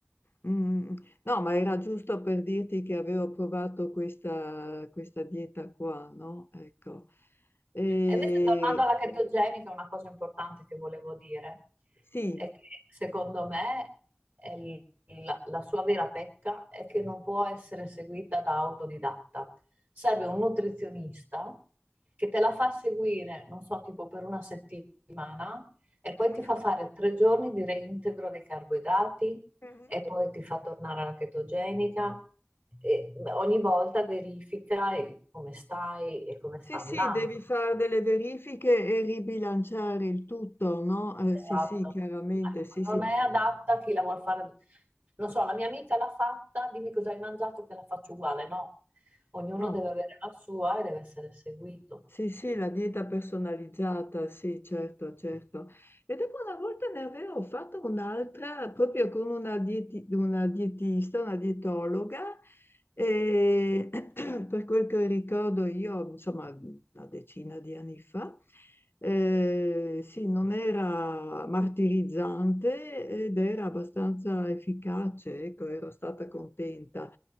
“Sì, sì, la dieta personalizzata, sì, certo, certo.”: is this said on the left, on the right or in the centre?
Left